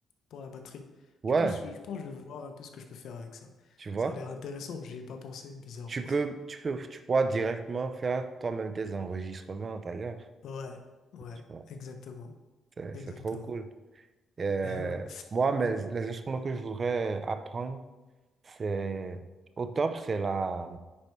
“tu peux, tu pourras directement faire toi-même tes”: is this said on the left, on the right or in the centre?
Right